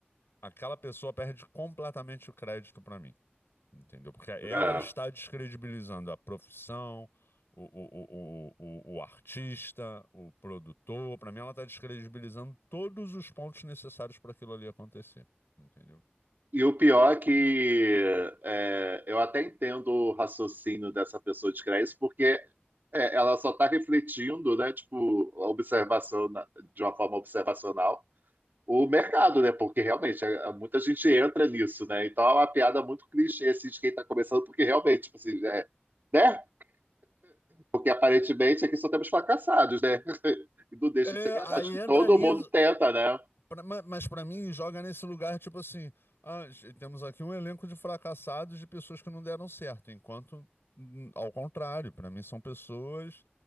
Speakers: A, on the left; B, on the right.
A: aquela pessoa perde completamente o crédito pra mim. Entendeu? Porque ela
B: É.
A: está descredibilizando a profissão, o, o, o, o, o artista, o produtor. Para mim, ela está descredibilizando todos os pontos necessários para aquilo ali acontecer. Entendeu?
B: E o pior é que é, eu até entendo o raciocínio dessa pessoa de criar isso, porque é, ela só está refletindo, né, tipo, a observação na- de uma forma observacional o mercado, né? Porque realmente é- muita gente entra nisso, né? Então é uma piada muito clichê assim, de quem está começando, porque realmente, tipo assim, é, né? Porque aparentemente aqui só temos fracassados, né? <laughs> E não deixa
A: É,
B: de ser verdade,
A: aí
B: acho que
A: entra
B: todo
A: nisso,
B: mundo tenta, né?
A: pra- mas para mim joga nesse lugar tipo assim, ah, temos aqui um elenco de fracassados de pessoas que não deram certo, enquanto hum, ao contrário, para mim são pessoas